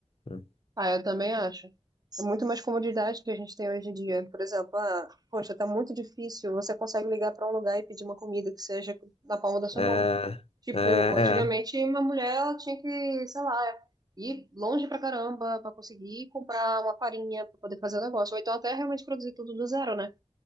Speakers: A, on the left; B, on the right.
A: né?
B: Ah, eu também acho. É muito mais comodidade que a gente tem hoje em dia. Por exemplo, ah, poxa, tá muito difícil. Você consegue ligar para um lugar e pedir uma comida que seja na palma da sua
A: É,
B: mão. Tipo,
A: é,
B: antigamente
A: é.
B: uma mulher ela tinha que, sei lá, ir longe pra caramba pra conseguir comprar uma farinha pra poder fazer o negócio. Ou então até realmente produzir tudo do zero, né?